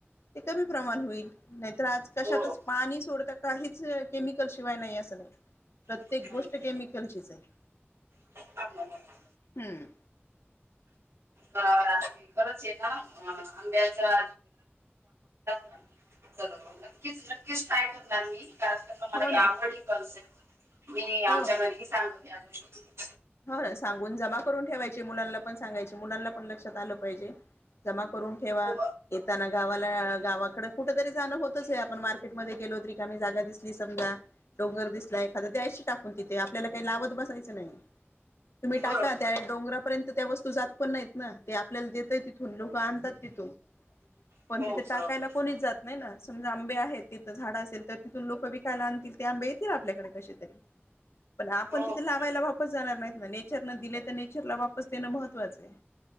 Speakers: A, on the left; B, on the right.
A: ते कमी प्रमाण होईल. नाहीतर आज कशातच
B: हो
A: पाणी सोडता, काहीच केमिकल शिवाय नाहीए सगळं. प्रत्येक
B: नाही,
A: गोष्ट
B: नाही.
A: केमिकलचीच
B: नाही.
A: आहे.
B: <unintelligible>
A: हम्म.
B: का करच हाय का? हा. आंब्याच्या <unintelligible> तर नक्कीच नक्कीच ट्राय करणार मी. का तर मला
A: हो
B: लई
A: ना
B: आवडाय करसेन मी
A: हो
B: आमच्या घरीही सांगते <unintelligible>
A: हो ना सांगून जमा करून ठेवायची मुलांना पण सांगायची मुलांना पण लक्षात आलं पाहिजे. जमा करून ठेवा
B: हो
A: येताना गावाला गावाकड कुठ तरी जाणं होतच आहे आपण मार्केटमध्ये गेलो तरी रिकामी जागा दिसली समजा डोंगर दिसला एखादा द्यायशी टाकून तिथे आपल्याला काही लावत बसायचं नाही. तुम्ही टाका
B: बरोबर
A: त्या डोंगरापर्यंत त्या वस्तू जात पण नाहीत ना ते आपल्याला देतय तिथ लोक आणतात तिथून पण
B: हो
A: तिथ
B: बरोबर
A: टाकायला
B: बरोबर
A: कोणीच जात नाही ना. समजा आंबे आहेत तिथं झाडं असेल तर तिथून लोक विकायला आणतील. ते आंबे येतील आपल्याकडे कशे तरी पण आपण
B: हो
A: तिथे
B: हो
A: लावायला वाप जाणार नाहीत ना नेचर न दिलय तर नेचरला वापस देणं महत्वाचं आहे.